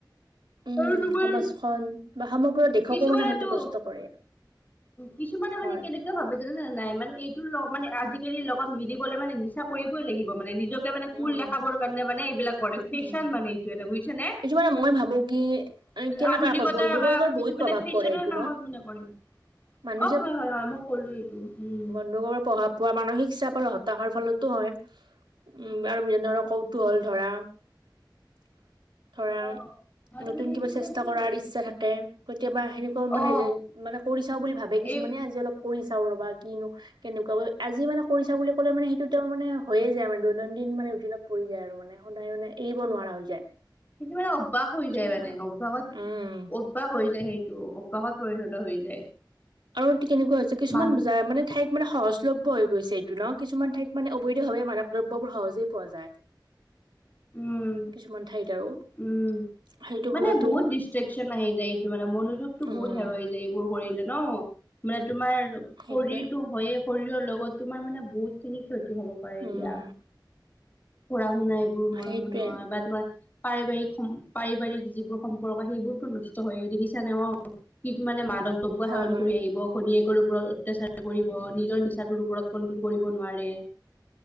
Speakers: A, on the right (about 75°); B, on the left (about 20°).
A: উম,
B: আৰু তোমাৰ
A: সমাজখন বা সমগ্ৰ দেশকো
B: কিছুমানেতো
A: মানে ক্ষতিগ্ৰস্ত কৰে।
B: কিছুমানে
A: হয়
B: মানে কেনে কুৱা ভাবে জানে নে নাই মানে এইটো ল' মানে আজিকালিৰ লগত মিলিবলৈ মানে নিচা কৰিবই লাগিব মানে নিজক <unintelligible> মানে
A: উম
B: কুল দেখাবৰ কাৰণে মানে এইবিলাক কৰে ফেশ্বন
A: উম
B: মানে এইটো এটা বুজিছে নে?
A: এইটো মানে মই
B: <unintelligible>
A: ভাবো কি এ, কেনেকুৱা
B: আধুনিকতা
A: কয় বন্ধুবৰ্গৰ
B: বা
A: বহুত
B: এইটো
A: প্ৰভাৱ
B: মানে ফেশ্বনৰ
A: পৰে এইটো
B: নামত
A: ন
B: মানে কৰে।
A: মানুহ
B: অ, হয়-হয়-হয় মই ক'লো এইটো উম,
A: মানুহৰ প্ৰভাৱ পোৱা মানসিক চাপ আৰু হতাশাৰ ফলতো হয়। উম, আৰু বিভিন্ন ধৰণৰ কৌতুহল ধৰা-ধৰা
B: অ আৰু তোমাৰ
A: নতুন
B: এইটো
A: কিবা
B: তোমাৰ
A: চেষ্টা
B: কি
A: কৰাৰ
B: হয়
A: ইচ্ছা থাকে কেতিয়াবা সেনেকোৱাও মানে
B: অ
A: যেই মানে কৰি চাও বুলি ভাবে কিছুমানে
B: এই
A: আজি অলপ কৰি চাও ৰ'বা কিনো কেনেকুৱা আজি মানে কৰি চাও বুলি ক'লে মানে সেইটো তেওঁ মানে হয়য়ে যায় মানে। দৈনন্দিন মানে ৰোটিনত পৰি যায় আৰু মানে সদায় মানে এৰিব নোৱাৰা হৈ যায়।
B: সেতু মানে অভ্যাস হৈ যায়
A: তেনেকুৱা
B: মানে অভ্যাসত
A: উম
B: অভ্যাস হৈ যায় সেইটো অব্যাহত পৰিণত হৈ যায়।
A: আৰু ইতি কেনেকুৱা হৈছে কিছুমান
B: মানুহ
A: যাৰ মানে ঠাইত মানে সহজলভ্য হৈ গৈছে এইটো ন' কিছুমান ঠাইত মানে অবৈধভাৱে মাদক দ্ৰব্যবোৰ সহজেই পোৱা যায়।
B: উম-উম
A: কিছুমান ঠাইত আৰু সেইটো
B: মানে
A: ফলতো
B: বহুত ডিষ্ট্ৰেকচন আহি যায় এইটো মানে মনোযোগতো
A: উম
B: বহুত হেৰুৱাই যায় এইবোৰ। ভৰিলে ন'মানে তোমাৰ
A: সেইটোৱে
B: শৰীৰটো হয়ে শৰীৰৰ লগত তোমাৰ মানে বহুত খিনি হব পাৰে
A: উম
B: দিয়া পঢ়া-শুনা এইবোৰ মৰ
A: সেইটোৱে
B: মনোৱা বা তোমাৰ পাৰিবাৰিক সম পাৰিবাৰিক যিবোৰ সম্পৰ্ক সেইবোৰতো নষ্ট হয়ে দেখিছা নে অ, কিক মানে মাদক দ্ৰব্য
A: হয়
B: সেৱন
A: হয়
B: কৰি আহিব ভনীয়েকৰ ওপৰত অত্যাচাৰ কৰিব নিজৰ নিচাটোৰ ওপৰত কন্ট্ৰল কৰিব নোৱাৰে।